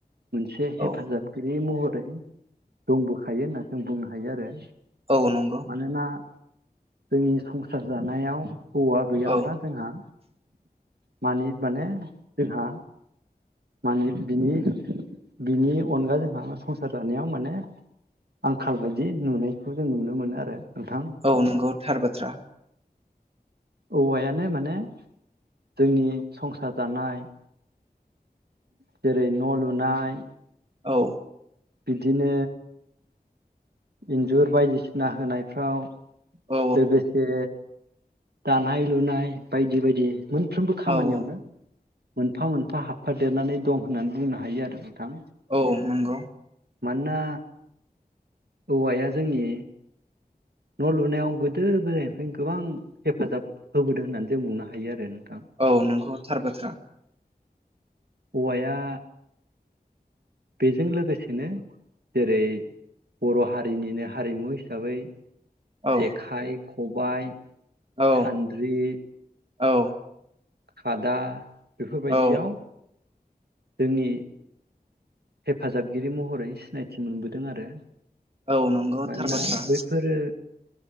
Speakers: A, on the right; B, on the right.
A: मोनसे हेफाजाबगिरि
B: औ
A: महरै दंबोखायो होनना जों बुंनो हायो आरो
B: औ नंगौ
A: मानोना जोंनि संसार जानायाव हौवा गैयाब्ला
B: औ
A: जोंहा मानि माने जोंहा मानि बिनि बिनि अनगा जोंहा संसार जानायाव माने आंखाल बायदि नुनायखौ जों नुनो मोनो आरो नोंथां
B: औ नंगौ थार बाथ्रा
A: औवायानो माने जोंनि संसार जानाय जेरै न' लुनाय
B: औ
A: बिदिनो इन्जुर बायदिसिना होनायफ्राव
B: औ
A: लोगोसे दानाय लुनाय बायदि बायदि मोनफ्रोमबो खामानियावनो
B: औ
A: मोनफा मोनफा हाबफा देरनानै दं होननानै बुंनो हायो आरो नोंथां
B: औ नंगौ
A: मानोना औवाया जोंनि न' लुनायाव गोदो गोदायनिफ्रायनो गोबां हेफाजाब होबोदों होननानै जों बुंनो हायो आरो नोंथां
B: औ नंगौ थार बाथ्रा
A: औवाया बेजों लोगोसेनो जेरै बर' हारिनिनो हारिमु हिसाबै
B: औ
A: जेखाय खब बाय
B: औ
A: सानद्रि
B: औ
A: खादा बेफोरबायदियाव
B: औ
A: जोंनि हेफाजाबगिरि महरै सिनायथि मोनबोदों आरो
B: औ नंगौ
A: मानोना
B: थारबाथ्रा
A: बैफोरो